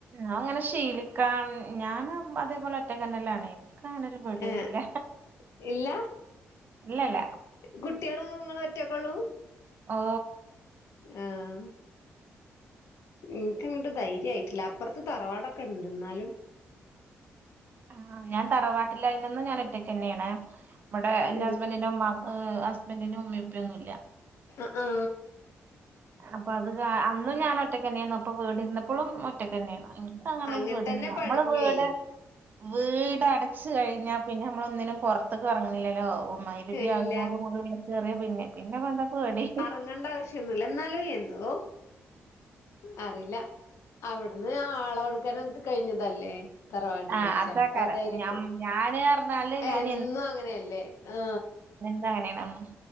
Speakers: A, on the right; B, on the left.
A: ആ അങ്ങനെ ശീലിക്കാൻ ഞാന്അതേപോലെ ഒറ്റക്കന്നെ ലാണ് എനിക്കങ്ങനൊരു പേടിയൊന്നുംല്ല
B: ഏഹ് ഇല്ല
A: ഇല്ലല്ല.
B: കുട്ടികളും നിങ്ങള ഒറ്റക്കുള്ളൂ
A: ഓ
B: ആഹ് എനിക്ക്ങ്ങോട്ട് ധൈര്യയിട്ടില്ല അപ്പുറത്തെ തറവാടൊക്കെ ഉണ്ട് എന്നാലും
A: ആഹ് ഞാൻ തറവാട്ടില് ആയിരുന്നെന്നും ഞാൻ ഒറ്റയ്ക്ക് തന്നെയാണ് ഇവടെ എന്റെ
B: ഉം
A: ഹസ്ബന്റിന്റെ ഉമ്മാക്ക് ഹസ്ബന്റിന്റെ ഉമ്മയും ഉപ്പയും ഒന്നും ഇല്ല
B: അ ആ
A: അപ്പൊ അത് കാ അന്നും ഞാൻ ഒറ്റക്ക് തന്നെയായിരുന്നു അപ്പൊ വീടി ഇരുന്നപ്പോഴും ഒറ്റക്കന്നെയാണ് <unintelligible> അങ്ങനൊരു
B: അങ്ങൻ
A: പേടി
B: തന്നെ
A: ഒന്നുല്ലനമ്മള്
B: പടിഞ്ഞുവേ
A: വീട് വീടടച്ച് കഴിഞ്ഞ പിന്നെ നമ്മള് ഒന്നിനും പുറത്തെക്ക് ഇറങ്ങുന്നില്ലല്ലോ ഓ മൈരുപി
B: ഇല്ല
A: ആകുന്നോട് കൂടി കേറിയ പിന്നെ പിന്നെ എന്താ പേടി
B: അങ്ങേണ്ട ആവശ്യന്നുല്ല എന്നാലും എന്തോ അറിയില്ല അവിടുന്ന് ആളെ കൊടുക്കാന കഴിഞ്ഞതല്ലേ തറവാട്ടില്ചെലപ്പോ
A: ആ അതാക്കാരം
B: അതായിരിക്കും
A: ഞം ഞാന് പറഞ്ഞാല് ഞാൻ
B: എന്നും അങ്ങനെയല്ലേ ആ
A: ഇത്അങ്ങനെ തന്നെയാണ്